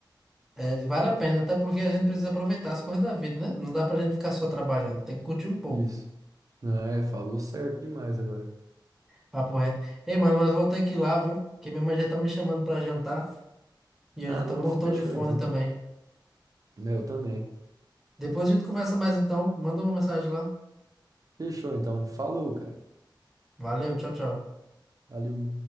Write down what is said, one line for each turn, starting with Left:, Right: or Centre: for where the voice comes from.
Centre: É, vale a pena, até porque a gente precisa aproveitar as coisas da vida, né? Não dá pra gente ficar só trabalhando, tem que curtir um pouco.
Right: Isso. Ah, É, falou certo demais agora.
Centre: Papo reto. Ei, mano, mas vou ter que ir lá, viu? Porque minha mãe já tá me chamando pra jantar e eu
Right: Ah,
Centre: já tô
Right: não,
Centre: mortão
Right: fechou
Centre: de fome
Right: então.
Centre: também.
Right: É, Eu também.
Centre: Depois a gente conversa mais então. Manda uma mensagem lá.
Right: Fechou então. Falou, cara.
Centre: Valeu, tchau, tchau.
Right: Valeu.